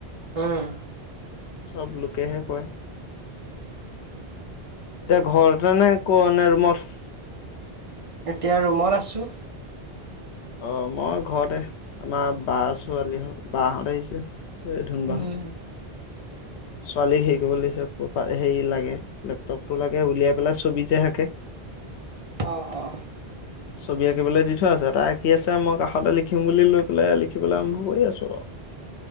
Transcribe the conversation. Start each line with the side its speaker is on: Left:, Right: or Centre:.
Right: উমহ
Left: চব লোকেহে কয় এতিয়া ঘৰতে নে ক নে ৰুমত
Right: এতিয়া ৰুমত আছো
Left: অ মই ঘৰতে আমাৰ বা ছোৱালী বাহঁত আহিছে ধুনবা
Right: উম
Left: হত ছোৱালীক হেৰি কৰিবলে দিছো হেৰি লাগে লেপটপটো লাগে উলিয়াই পেলাই ছবি যে আকে <inaudible>
Right: অ অ
Left: ছবি আঁকিবলৈ দি থৈ আছে তাই আঁকি আছে মই কাষতে লিখিম বুলি লৈ পেলাই লিখিবলৈ আৰম্ভ কৰি আছো আৰু।